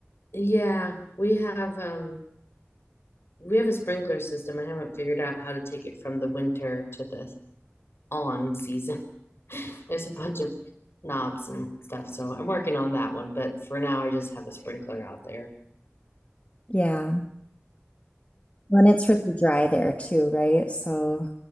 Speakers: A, on the left; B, on the left.
A: Yeah, we have um we have a sprinkler system. I haven't figured out how to take it from the winter to the on season. <laughs> There's a bunch of knobs and stuff, so I'm working on that one, but for now I just have a sprinkler out there.
B: Yeah. When it's really dry there too, right? So,